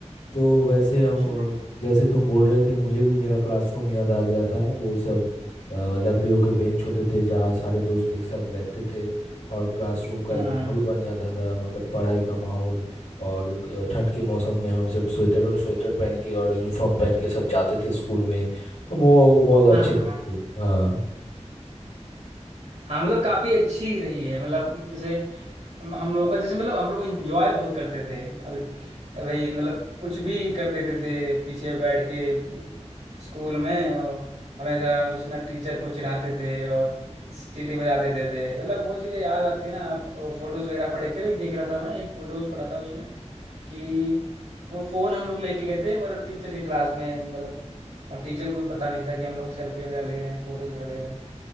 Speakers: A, on the left (about 80°); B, on the right (about 80°).
A: तो वैसे
B: अच्छा
A: हम अ, जैसे तुम बोल रहे थे मुझे भी मेरा क्लासरूम याद आ गया था वो सब अ, लकड़ियों के बेंच होते थे जहाँ सारे दोस्त एक साथ बैठते थे और क्लासरूम का
B: हाँ
A: एक माहौल बन जाता था मतलब पढ़ाई का माहौल और अ, ठंड के मौसम में हम सब स्वेटर स्वेटर पहन के और यूनिफॉर्म पहन के सब जाते थे स्कूल में वो बहुत
B: <laughs>
A: अच्छे दिन थे हाँ
B: हाँ मतलब काफी अच्छी रही है मतलब जैसे हम लोगों का जैसे मतलब हम लोग इंजॉय बहुत करते थे अभी वही मतलब कुछ भी कर देते थे पीछे बैठ के स्कूल में और हमेशा कुछ ना टीचर को चिढ़ाते थे और सीटी बजा देते थे मतलब वो चीज़ें याद आती ना आप वो फोटोज वगैरह पड़े थे वही देख रहा था मैं एक फोटोज पड़ा था उसमें कि वो फोन हम लोग लेके गए थे मतलब टीचर के क्लास में मतलब और टीचर को भी पता नहीं था कि हम लोग सेल्फी वगैरह ले रहे हैं फोटोज वगैरह ले रहे हैं